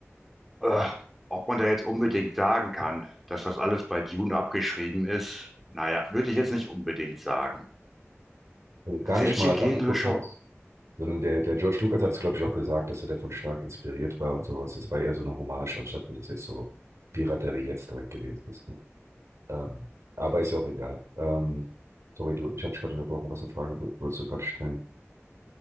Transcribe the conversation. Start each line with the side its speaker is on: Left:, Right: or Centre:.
Centre: äh, ob man da jetzt unbedingt sagen kann, dass das alles bei Dune abgeschrieben ist, naja, würde ich jetzt nicht unbedingt sagen.
Right: Also gar
Centre: Welche
Right: nicht mal als
Centre: Genre
Right: abgekupfert,
Centre: schau,
Right: sondern der, der George Lucas hat es, glaube ich, auch gesagt, dass er davon stark inspiriert war und sowas. Das war eher so eine Hommage, anstatt dass es jetzt so Piraterie jetzt direkt gewesen ist. Ne? Ähm, aber ist ja auch egal. Ähm, sorry, du, ich habe dich gerade unterbrochen. Was für eine Frage wolltest du gerade stellen?